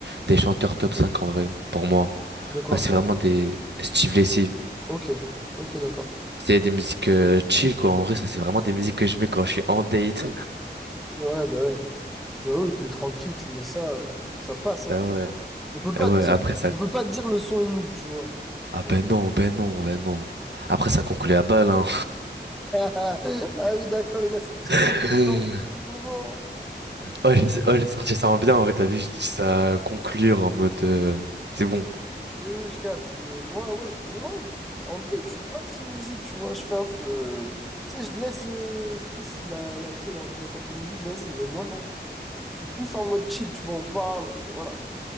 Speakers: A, on the right (about 70°); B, in the centre.
A: des chanteurs top cinq en vrai, pour moi.
B: De quoi?
A: Enfin, c'est vraiment des Steve Lacy.
B: Ok, ok, d'accord.
A: C'est des musiques euh, chill, quoi. En vrai, ça, c'est vraiment des musiques que je mets quand je suis en date.
B: Ouais, bah ouais. Bah ouais, t'es tranquille, tu mets ça, euh, ça passe, hein.
A: Bah ouais.
B: On peut pas
A: Bah ouais,
B: te dire,
A: après ça.
B: on peut pas te dire le son est nul, tu vois.
A: Ah
B: <laughs>
A: ben non, ben non, ben non. Après, ça conclut à balle, hein.
B: Ah oui, d'accord, il a sa petite
A: <laughs>
B: playlist en fonction du moment. hein.
A: Oh, j'ai
B: Mais-
A: oh, j'ai sorti ça en bien, en vrai, t'as vu, je dis ça à conclure en mode. euh, c'est bon.
B: Oui, oui, je capte. Mais moi, ouais, moi, en date, je suis pas très musique, tu vois. Je fais un peu. Tu sais, je laisse. euh, tu sais, si la, la fille, elle a envie de mettre un peu de musique, vas-y. Mais moi, non. Je suis plus en mode chill, tu vois, on parle, euh, voilà.